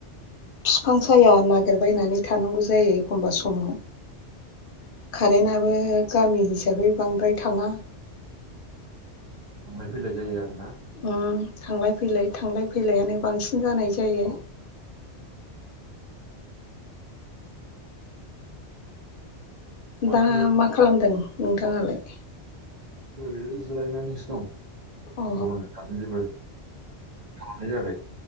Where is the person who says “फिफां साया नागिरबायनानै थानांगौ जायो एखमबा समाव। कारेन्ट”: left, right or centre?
Left